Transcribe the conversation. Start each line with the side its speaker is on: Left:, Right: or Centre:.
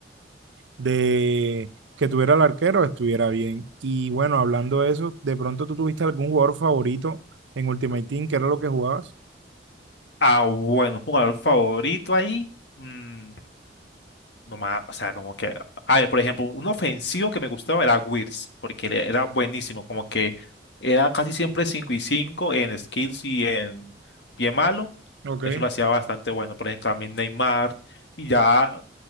Right: de que tuviera el arquero estuviera bien. Y bueno, hablando de eso, de pronto tú tuviste algún jugador favorito en Ultimate Team, ¿qué era lo que jugabas?
Left: Ah, bueno, jugador favorito ahí. mm, Nomás, o sea, como que, a ver, por ejemplo, un ofensivo que me gustaba era Wirtz, porque le- era buenísimo, como que era casi siempre 5 y 5 en skills y en pie malo,
Right: Ok,
Left: eso lo hacía bastante bueno, por ejemplo, también Neymar, y ya